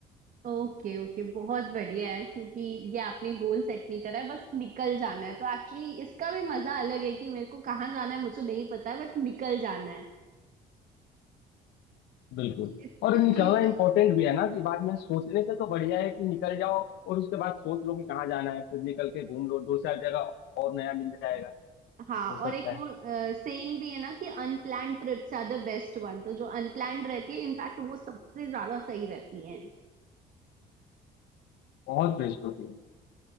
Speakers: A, on the right; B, on the left.
A: ओके ओके बहुत बढ़िया है क्योंकि ये आपने गोल सेट नहीं करा है बस निकल जाना है तो एक्चुअली इसका भी मजा अलग है कि मेरे को कहाँ जाना है मुझे नहीं पता है बट निकल जाना है
B: बिल्कुल
A: इस
B: और
A: इस
B: निकलना
A: चीज का
B: इम्पोर्टेंट भी है ना कि बाद में सोचने से तो बढ़िया है कि निकल जाओ और उसके बाद सोच लो कि कहाँ जाना है फिर निकल के घूम लो दो चार जगह और नया मिल जाएगा
A: हाँ
B: हो सकता
A: और एक वो
B: है
A: सेइंग भी है ना कि unplanned trips are the best one तो जो अनप्लान्ड रहती है इनफैक्ट वो सबसे ज्यादा सही रहती है
B: बहुत बेस्ट होती है